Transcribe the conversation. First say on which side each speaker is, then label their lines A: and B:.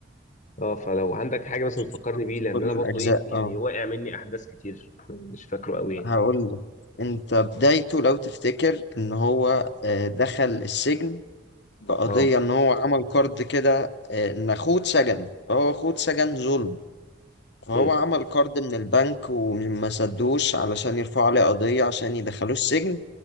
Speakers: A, on the left; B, on the left.
A: اه فلو عندك حاجه مثلا
B: شفت
A: تفكرني بيه لان
B: كل
A: انا
B: الاجزاء
A: برضو ايه يعني
B: اه
A: واقع مني احداث كتير مش فاكره قوي يعني
B: هقول لك انت بدايته لو تفتكر ان هو آه، دخل السجن بقضية
A: اه
B: إن هو عمل كارد كده آه، إن أخوه اتسجن فهو أخوه اتسجن ظلم فهو
A: امم
B: عمل كارد من البنك وما سدوش علشان يرفعوا عليه قضية عشان يدخلوه السجن